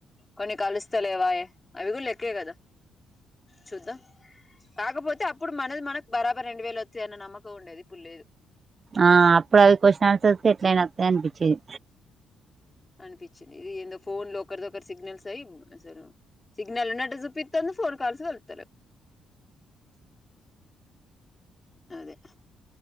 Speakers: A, on the left; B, on the right.
A: కొన్ని కలుస్తలేవాయ అవి కూడా లెక్క కదా చూద్దాం కాకపోతే అప్పుడు మన మనకు బరాబర్ రెండు వేలు వస్తుంది అన్న నమ్మకం ఉండేది తప్పు లేదు
B: ఆ అప్పుడు అవి క్వశ్చన్ ఆన్సర్స్ ఎట్లయి అనిపించేది
A: అనిపించింది ఇది ఏందో ఫోన్ లో ఒకరి దొ ఒకరు సిగ్నల్స్ అయి అసలు సిగ్నల్ ఉన్నట్టు చూపిస్తుంది ఫోన్ కాల్స్ కలుస్తలేవ్ అదే